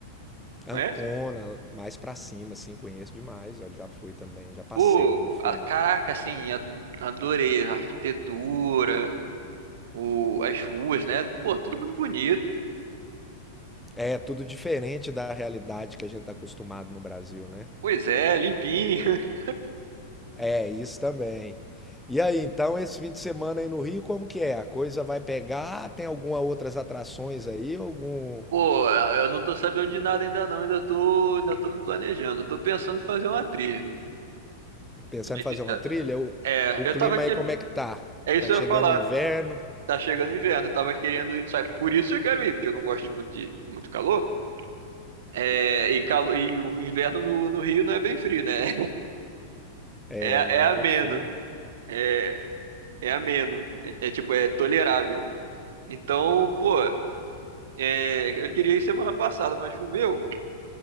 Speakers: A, on the right (about 60°); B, in the centre.
A: conhece?
B: Ancona, mais pra cima, assim, conheço demais. Eu já fui também, já passei,
A: Pô,
B: não fui,
A: a- caraca,
B: não.
A: assim, a- adorei a arquitetura, o, as ruas, né? Pô, tudo muito bonito.
B: É tudo diferente da realidade que a gente tá acostumado no Brasil, né?
A: Pois é, limpinho. <laughs>
B: É, isso também. E aí, então, esse fim de semana aí no Rio, como que é? A coisa vai pegar? Tem alguma outras atrações aí? Algum.
A: Pô, eu não tô sabendo de nada ainda não, ainda tô, ainda tô me planejando. Tô pensando em fazer uma trilha.
B: pensando
A: pra ser
B: em fazer
A: bem sincero.
B: uma trilha, o,
A: É,
B: o
A: eu
B: clima
A: tava querendo,
B: aí como é que tá?
A: é isso
B: Tá
A: que eu
B: chegando
A: ia falar.
B: o inverno?
A: Tá chegando inverno, eu tava querendo ir, sabe? Por isso eu quero ir, porque eu não gosto muito de, de muito calor. É, e, calo, e o inverno no, no Rio não é bem frio, né?
B: É,
A: É,
B: não é
A: é
B: muito
A: ameno.
B: frio não.
A: É, é ameno. É, é tipo, é tolerável. Então, pô, é, eu queria ir semana passada, mas choveu.